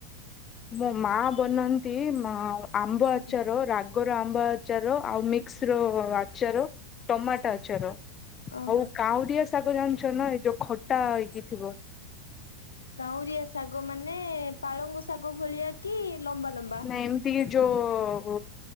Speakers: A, on the left; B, on the left.
A: ମୋ ମା ବନାନ୍ତି ମ ଆମ୍ବ
B: ଆଜ୍ଞା
A: ଆଚାର ରା ଗର ଆମ୍ବ ଆଚାର ଆଉ ମିକସ ର ଆଚାର ଟମା ଆଚାର
B: ଓହୋ।
A: ଆଉ କାଉଁରିଆ ସାଗ ଜାଣିଚନା ଏ ଯୋଉ ଖଟା ହେଇକି ଥିବ।
B: କାଉରିଆ ଶାଗ ମାନେ ପାଳଙ୍ଗ ଶାଗ ଭଳିଆ କି ଲମ୍ବା ଲମ୍ବା?
A: ନା ଏମିତି କି ଯୋଉ